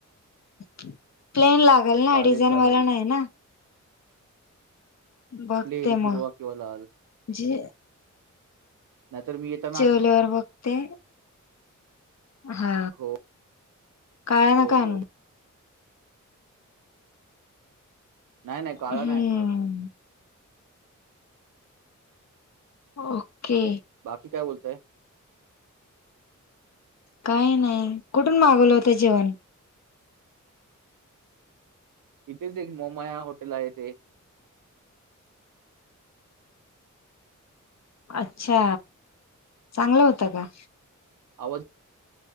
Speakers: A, on the left; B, on the right.
A: प्लेन लागेल ना
B: चालेल
A: डिझाईन
B: चालेल.
A: वाला नाही ना. बघते,
B: प्लेन हिरवा
A: मग
B: किंवा लाल
A: जे
B: नाही तर मी, येत
A: जेवल्यावर बघते. हा.
B: हो
A: काळा
B: हो
A: नका
B: हो.
A: आणू.
B: नाही नाही काळा
A: हम्म
B: नाही आणणार.
A: ओके.
B: बाकी काय बोलतय.
A: काही नाही, कुठून मागवलं होतं जेवण?
B: इथेच एक मोमाया हॉटेल आहे. ते
A: अच्छा, चांगलं होतं का?
B: आवज